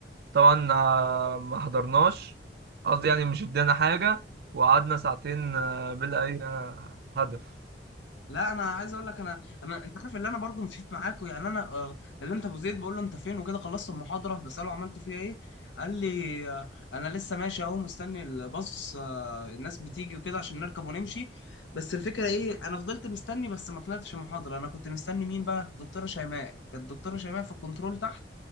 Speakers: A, on the right (about 60°); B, on the left (about 85°).
A: طبعا آه، ما حضرناش قصدي يعني مش ادانا حاجه وقعدنا ساعتين آه، بلا اي آه، هدف
B: لا انا عايز اقول لك انا انا انت عارف اللي انا برضو مشيت معاكوا يعني انا آه، كلمت ابو زيد بقول له انت فين وكده خلصت المحاضره بساله عملت فيها ايه قال لي آه، انا لسه ماشي اهو مستني الباص آه، الناس بتيجي وكده عشان نركب ونمشي بس الفكره ايه انا فضلت مستني بس ما طلعتش المحاضره انا كنت مستني مين بقى الدكتوره شيماء كانت الدكتوره شيماء في الكنترول تحت